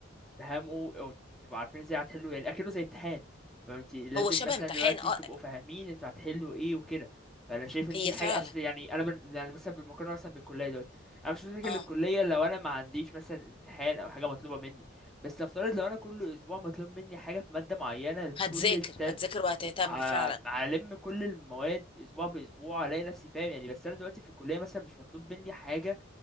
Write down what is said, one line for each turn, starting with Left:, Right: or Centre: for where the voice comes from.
Centre: تفهموا أو تبقوا عارفين ازاي هتحلوا يعني أكنه زي امتحان فانت لازم
Left: هو شبه
Centre: مثلا
Left: امتحان
Centre: دلوقتي
Left: اه
Centre: تبقوا فاهمين انتوا هتحلوا ايه وكده فأنا شايف إن
Left: هي
Centre: دي حاجة
Left: فعلا
Centre: أصل يعني أنا بن... يعني مثلا بالمقارنة مثلا بالكلية دلوقتي أنا مش فاكر
Left: اه
Centre: للكلية لو أنا ما عنديش مثلا امتحان أو حاجة مطلوبة مني بس نفترض لو أنا كل أسبوع مطلوب مني حاجة في مادة معينة لكل
Left: هتذاكر
Centre: الترم
Left: هتذاكر وهتهتم
Centre: ع-
Left: فعلا
Centre: هلم كل المواد اسبوع باسبوع الاقي نفسي فاهم يعني بس انا دلوقتي في الكليه مثلا مش مطلوب مني حاجه